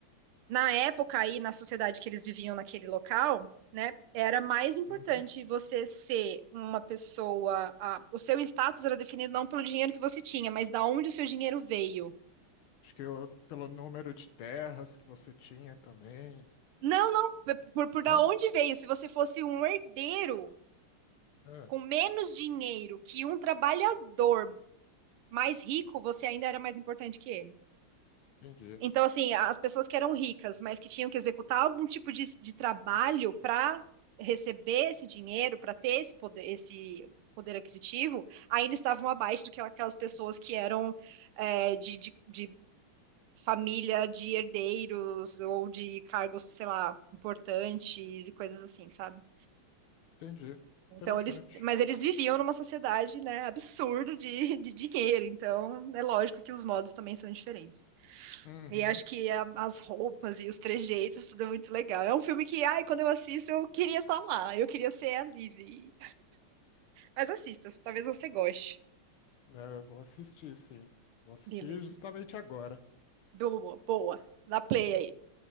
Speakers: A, on the right (about 80°); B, on the left (about 75°).
A: na época aí na sociedade que eles viviam naquele local né, era mais importante
B: Uhum.
A: você ser uma pessoa. a- o seu status era definido não pelo dinheiro que você tinha, mas da onde o seu dinheiro veio.
B: Acho que eu- pelo número de terras que você tinha também.
A: Não, não, p- por, por da
B: Não?
A: onde veio? Se você fosse um herdeiro
B: Ah,
A: com menos dinheiro que um trabalhador mais rico, você ainda era mais importante que ele.
B: entendi.
A: Então, assim, as pessoas que eram ricas, mas que tinham que executar algum tipo de, de trabalho para receber esse dinheiro, para ter esse poder, esse poder aquisitivo, ainda estavam abaixo do que aquelas pessoas que eram é, de, de de família de herdeiros ou de cargos, sei lá, importantes e coisas assim, sabe?
B: Entendi.
A: Então
B: Interessante.
A: eles, mas eles viviam numa sociedade, né, absurda de, de dinheiro, então é lógico que os modos também são diferentes.
B: Uhum.
A: E acho que a- as roupas e os trejeitos, tudo é muito legal. É um filme que, ai, quando eu assisto, eu queria estar lá, eu queria ser a Lizzie. Mas assista, talvez você goste.
B: É, eu vou assistir, sim. Vou assistir
A: Beleza.
B: justamente agora.
A: Boa, boa. boa. Dá play aí.